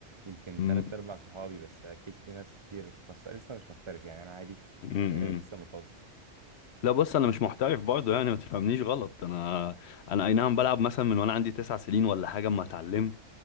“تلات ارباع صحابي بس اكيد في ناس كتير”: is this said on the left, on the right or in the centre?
Right